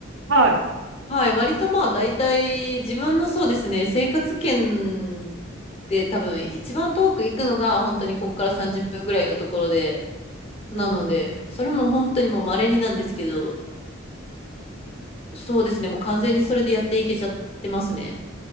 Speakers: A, on the right; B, on the left.
A: はい。
B: はい、割とまあ、大体、自分のそうですね、生活圏で多分、一番遠く行くのが、本当にここから30分ぐらいのところで、
A: うん。
B: なので、
A: うんうん。
B: それも本当にもう稀になんですけど、そうですね。もう完全にそれでやっていけちゃってますね。